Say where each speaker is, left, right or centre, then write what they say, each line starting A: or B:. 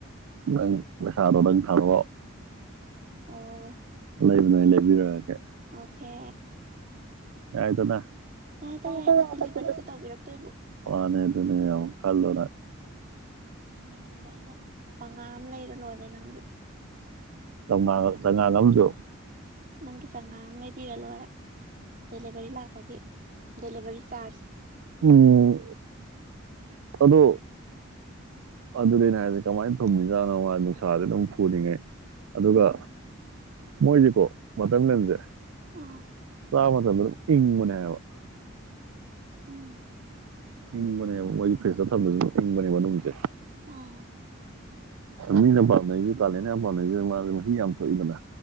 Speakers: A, on the right; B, on the right.
A: ꯅꯪ ꯄꯩꯁꯥꯗꯣ ꯅꯪ ꯊꯣ
B: ꯑꯣ
A: ꯂꯩꯕꯅ ꯑꯩ ꯂꯩꯕꯤꯔꯛꯑꯒꯦ
B: ꯑꯣꯀꯦ
A: ꯌꯥꯏꯗꯅ
B: ꯌꯥꯏꯗ
A: <unintelligible>
B: ꯌꯥꯏꯗ ꯗꯤꯂꯤꯚꯔꯤꯁꯨ ꯇꯧꯕꯤꯔꯛꯇꯣꯏꯕꯨ
A: ꯃꯥꯅꯦ ꯑꯗꯨꯅꯦ ꯌꯥꯝ ꯈꯜꯂꯨ ꯅꯪ <unintelligible>
B: ꯅ ꯍꯥꯏꯁꯦ ꯑꯩꯅ ꯆꯉꯥꯡ ꯑꯃ ꯂꯩꯔ ꯂꯣꯏꯔꯦ ꯅꯪꯒꯤ
A: ꯆ ꯆꯪꯉ ꯂꯧꯖꯣ
B: ꯅꯪꯒꯤ ꯆꯪꯉꯥꯡ ꯑꯃ ꯂꯩꯕꯤꯔ ꯂꯣꯏꯔꯦ ꯗꯦꯂꯤꯚꯔꯤ ꯂꯥꯛꯄꯒꯦ ꯗꯦꯂꯤꯚꯔꯤ ꯆꯥꯔꯖ
A: ꯎꯝ ꯑꯗꯣ ꯑꯗꯨꯗꯩꯅꯣ ꯍꯥꯏꯁꯦ ꯀꯃꯥꯏꯅ ꯊꯨꯝꯃꯤꯖꯥꯠꯅꯣ ꯃꯥ ꯅꯨꯡꯁꯥꯥꯁꯦ ꯑꯗꯨꯝ ꯐꯨꯔꯤꯉꯩ ꯑꯗꯨꯒ ꯃꯣꯏꯁꯦꯀꯣ ꯃꯇꯝꯂꯁꯦ
B: ꯑꯥ
A: ꯔꯃꯇꯗ꯭ꯔꯝ ꯏꯪꯨꯅꯌꯥꯕ
B: ꯎꯝ
A: ꯏꯪꯕꯅꯦꯕ ꯃꯣꯏꯁꯦ ꯐꯦꯁꯇ ꯊꯝꯗꯁꯨ ꯏꯪꯕꯅꯦꯕ ꯅꯨꯃꯤꯠꯁꯦ
B: ꯑꯥ
A: ꯃꯤꯅ ꯄꯥꯝꯅꯔꯤꯁꯦ ꯀꯥꯂꯦꯟ ꯌꯥꯝ ꯄꯥꯝꯅꯔꯤꯁꯤꯦ ꯃꯥꯁꯦ ꯃꯍꯤ ꯌꯥꯝ ꯊꯣꯛꯏꯗꯅ